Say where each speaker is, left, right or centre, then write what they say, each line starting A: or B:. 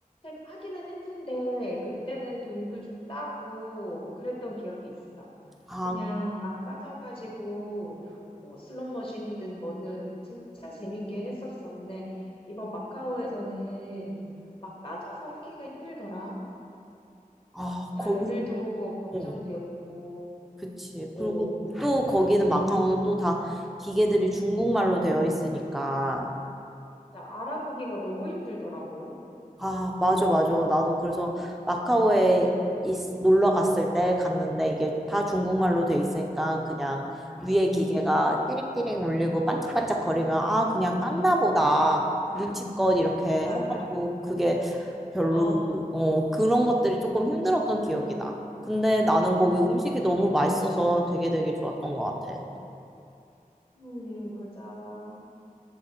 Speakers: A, on the left; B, in the centre.
A: 해- 하기는 했는데, 그때는 돈도 좀 따고 그랬던 기억이 있어.
B: 아,
A: 그냥 막 빠져가지고, 뭐 슬롯 머신이든 뭐든 진짜 재밌게 했었어. 근데 이번 마카오에서는 막 빠져서 하기가 힘들더라.
B: 아,
A: 야,
B: 거기
A: 애들도 걱정되고,
B: 어. 그치.
A: 어.
B: 그리고 또 거기는 마카오는 또 다 기계들이 중국말로 되어 있으니까.
A: 진짜 알아보기가 너무 힘들더라고.
B: 아, 맞아, 맞아. 나도 그래서 마카오에 있- 놀러 갔을 때 갔는데 이게 다 중국말로 돼 있으니까 그냥 위에 기계가
A: 응,
B: 띠링띠링 울리고 반짝반짝 거리면 아, 그냥 땄나 보다. 눈치껏 이렇게
A: 맞아.
B: 해가지고 그게 별로,
A: 어,
B: 어, 그런 것들이 조금 힘들었던 기억이 나 근데 나는 거기
A: 음,
B: 음식이 너무 맛있어서 되게 되게 좋았던 것 같아.
A: 음, 맞아.